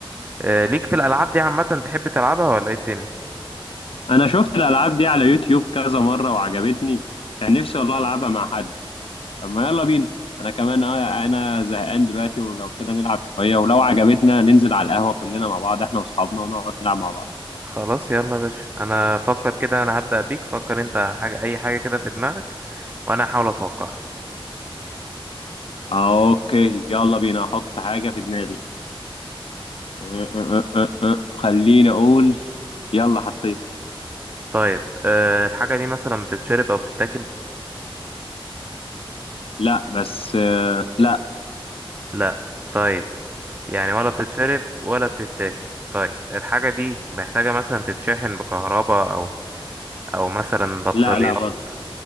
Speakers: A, on the right (about 20°); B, on the left (about 75°).
A: آه، ليك في الألعاب دي عامة تحب تلعبها ولا ايه الدنيا
B: انا شفت الالعاب دي على يوتيوب كذا مره وعجبتني كان نفسي والله العبها مع حد طب ما يلا بينا انا كمان آه، انا زهقان دلوقتي ولو كده نلعب شويه ولو عجبتنا ننزل على القهوه كلنا مع بعض احنا واصحابنا ونقعد نلعب مع بعض
A: خلاص يلا يا باشا انا فكر كده انا هبدأ بيك فكر انت حاجة اي حاجة كده في دماغك وانا هحاول اتوقعها
B: آه، اوكي يلا بينا احط حاجه في دماغي أه، أه، أه، أه. آه. خليني اقول يلا حطيت
A: طيب أه الحاجة دي مثلا بتتشرب او بتتاكل
B: لا بس آه، لا
A: لا طيب يعني ولا بتتشرب ولا بتتاكل طيب الحاجة دي محتاجة مثلا تتشحن بكهرباء او او مثلا بطاريات
B: لا لا برضه